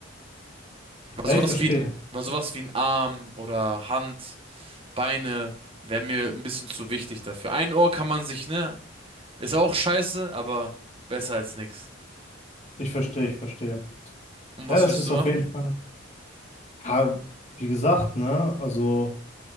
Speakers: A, on the right; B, on the left.
A: Weil
B: Ja,
A: sowas
B: ich verstehe.
A: wie ein, weil sowas wie ein Arm oder Hand, Beine wäre mir ein bisschen zu wichtig dafür. Ein Ohr kann man sich, ne, Ist auch scheiße, aber besser als nix.
B: Ich verstehe, ich verstehe.
A: Und
B: Ja,
A: was
B: das
A: würdest
B: ist
A: du
B: auf
A: machen?
B: jeden Fall. Ja, wie gesagt, ne? Also,